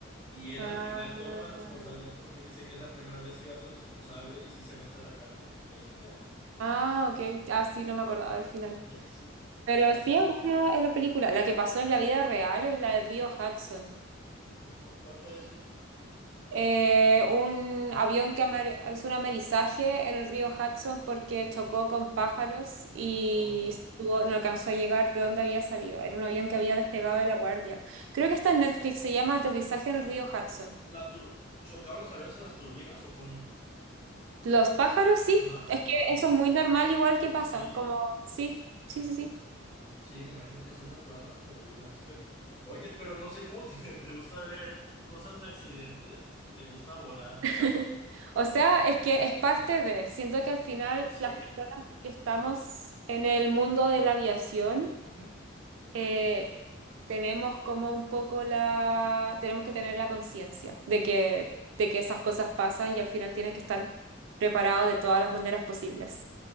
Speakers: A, on the left; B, on the right.
A: y él
B: Ah,
A: al final toma la responsabilidad porque dice que es la primera vez que va a ser responsable y sí se mete a la cárcel y ahí se queda.
B: ah, ok. Ah, sí, no me acordaba al final.
A: <laughs> Sí,
B: Pero
A: está bueno.
B: sí es buena es la película. La que pasó en la vida real es la del río Hudson.
A: El río Hop- ¿Cuál fue ese?
B: Eh, un avión que amer- hizo un amerizaje en el río Hudson porque chocó con pájaros y
A: Ay,
B: estuvo- no alcanzó a llegar de donde había salido. Era un avión que había despegado de La Guardia. Creo que está en Netflix, se llama Aterrizaje en el río Hudson.
A: la tur- ¿chocaban los aviones en las turbinas o cómo?
B: Los pájaros, sí.
A: Ajá,
B: Es que
A: ah,
B: eso es muy normal, igual que
A: sí.
B: pasa. Como, sí, sí, sí, sí.
A: Sí, me imagino que son naturales las turbinas. Qué Oye, pero no sé cómo te, <laughs> te gusta ver cosas de accidentes y te gusta volar.
B: <laughs> O sea, es que es parte de, siento que al final
A: Pues sí.
B: las personas que estamos en el mundo de la aviación,
A: Ujú,
B: eh, tenemos como un poco la, tenemos que tener la conciencia de que, de que esas cosas pasan y al final tienes que estar preparado de todas las maneras posibles.